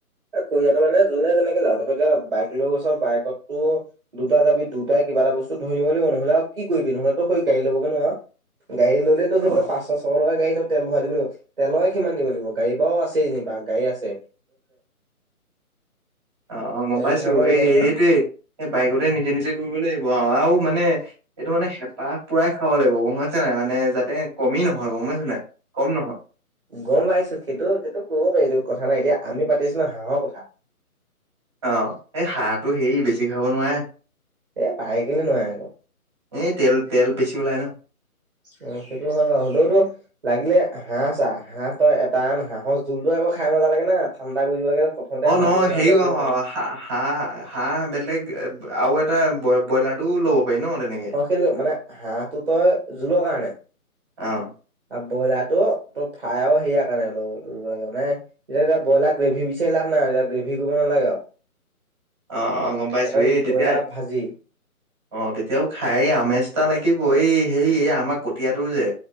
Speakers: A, on the right; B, on the right.
A: এ কঢ়িয়াতো মানে যোনে যেনেকে যাওঁ বাইক লৈ গৈছ বাইকো দুটা যাবি দুটাই কিবা এটা বস্তু ধৰি নিব লাগিব নহলে আৰু কি কৰিবি নহলে তো সেই গাডী লবগে নোৱাৰ গাডী ল'লেতো
B: অ
A: পাঁশ ছশ টকা গাড়ীত তেল ভৰাই দিব লাগিব তেলৰে কিমান দিব লাগিব গাড়ী বাও আছে যেনিবা গাড়ী আছে
B: অ অ গম
A: তেল
B: পাইছো
A: ভৰাব লাগিব
B: এই
A: নহয়
B: সেইটোৱে এই বাইকতে নিজে নিজে কৰিব লাগিব আৰু আৰু মানে এইটো মানে হেঁপাহ পুৰাই খাব লাগিব হৈছে নাই মানে যাতে কমি তুমি নহয় গম পাইছ নাই কম নহয়
A: গম পাইছো সেইটো সেইটো কব পাৰি এইটো কথা নাই এতিয়া আমি পাতিছো ন হাঁহৰ কথা
B: অ এই হাঁহটো সে বেছি খাব নোৱাৰে
A: এ পাৰে কেলে নোৱাৰে আকৌ
B: এই তেল তেল বেছি ওলায় ন
A: অ সেইটো হয় বাৰু হ'লেওতো লাগিলে হাঁহ চ হাঁহ তই এটান হাঁহৰ জোল দ খাই মা লাগে ন ঠাণ্ডা কৰি দিব লাগে প্ৰথমতে
B: অ
A: হাঁহটো
B: ন
A: বনাই
B: সেৰিও
A: পেলাই থৈ দিব লাগে।
B: হাঁহ হাঁহ বেলেগ আৰু এটা ব্ৰইলাৰ টো ল'ব পাৰি ন তেনেকে
A: অ, সেইটো মানে হাঁহটো তই জোলৰ কাৰণে
B: অ
A: আৰু ব্ৰইলাৰ টো ত ফ্ৰাই সেয়া কাৰণে লব লাগে মানেতিয়াতিয়া ব্ৰইলাৰ গ্ৰেভি বিচাৰি লাভ না নাইত গ্ৰেভি কৰিব নালাগে আৰু
B: আহ আহ গম পাইছো
A: অকল
B: এই তেতিয়া
A: ব্ৰইলাৰ ভাজি
B: অ তেতিয়াও খাই আমেজটা লাগিব এই হে এই আমাৰ কটীয়াটোৰ যে